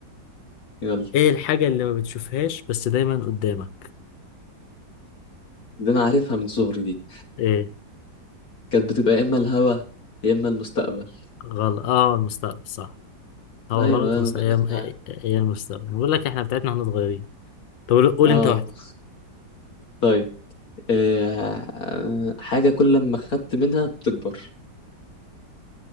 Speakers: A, on the left (about 55°); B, on the left (about 90°).
A: يلا
B: ايه الحاجة اللي ما بتشوفهاش بس دايما قدامك
A: دي انا عارفها من صغري دي
B: ايه
A: كانت بتبقى يا اما الهوا يا اما المستقبل
B: غلط اه المستقبل صح هو
A: ايوه
B: غلط
A: انا
B: بس
A: بقول
B: هي
A: لك انا عارف
B: هي المستقبل بقول لك احنا بتاعتنا احنا صغيرين طب قول قول
A: اه
B: انت واحدة
A: والله طيب آه حاجه كل ما خدت منها بتكبر